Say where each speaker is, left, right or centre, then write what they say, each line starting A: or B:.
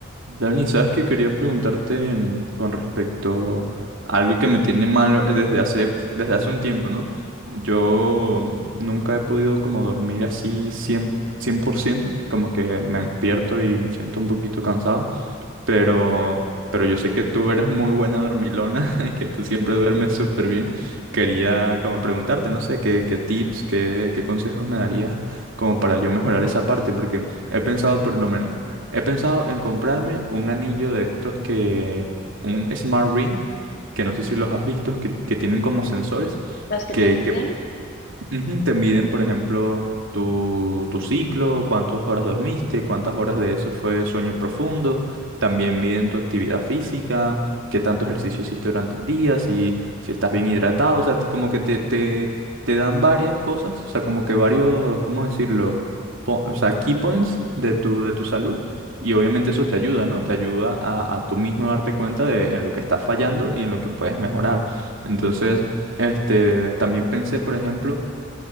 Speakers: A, on the right; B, on the left.
A: Dani, sabes que quería preguntarte mm, con respecto a algo que me tiene mal desde hace, desde hace un tiempo, ¿no? Yo nunca he podido como dormir así cien por ciento, cien por ciento, como que me despierto y me siento un poquito cansado pero, pero yo sé que tú eres muy buena dormilona <laughs> y que tú siempre duermes súper bien. Quería como preguntarte, no sé, qué, qué tips, qué, qué consejos me darías como para yo mejorar esa parte, porque he pensado por lo menos, he pensado en comprarme un anillo de estos que, un Smart Ring, que no sé si los has visto, que, que tienen como sensores.
B: Las que
A: Que,
B: tendrían,
A: que Ujú, Te miden, por ejemplo, tu, tu ciclo, cuántas horas dormiste, cuántas horas de eso fue sueño profundo. También miden tu actividad física, qué tanto ejercicio hiciste durante el día, si, si estás bien hidratado. O sea, te- como que te, te, te dan varias cosas, o sea, como que varios, ¿cómo decirlo? Po- o sea, key points de tu, de tu salud. Y obviamente eso te ayuda, ¿no? Te ayuda a, a tú mismo darte cuenta de en lo que estás fallando y en lo que puedes mejorar. Entonces, este, también pensé, por ejemplo,